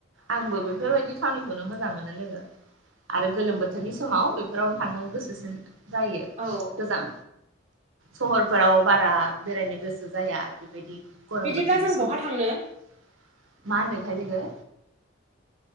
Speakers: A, on the right; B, on the right.
A: आंबो बेफोरबायदि थावनिखौनो मोजां मोनो लोगो। आरो गोलोम बोथोरनि समाव बेफोरावनो थांनो गोसोसिन जायो।
B: औ
A: गोजां सहरफोराव बारा बेरायनो गोसो जाया बेबायदि गरम
B: बिदिब्ला
A: बोथोरनि
B: जों
A: समाव।
B: बहा थांनो
A: मा होन्दोंथाय लोगो?